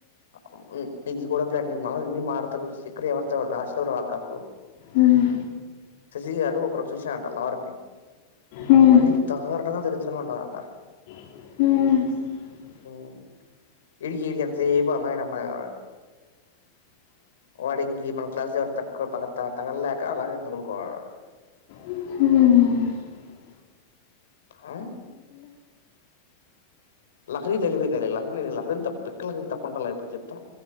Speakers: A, on the left; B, on the left.
A: ఆ మ్ ఇది కూడా <unintelligible>
B: హ్మ్
A: ఈ యాడు ఒకరు చూసరంట లావర ని
B: ఉమ్
A: మరి దారుణంగా తీడ్తు తిరుగుదాం దా అంటా
B: మ్
A: మ్ ఇడికి ఎంతసేపు నాయనమ్మ కాబ వాడికి మన క్లాస్ తట్టుకుంటాడా తాగ తాగలేక అలాగే వదులుకోడు
B: మ్
A: ఆ లహరి తెలివైందే లే నేను లహరిది తప్పు అనట్లే చెప్తున్న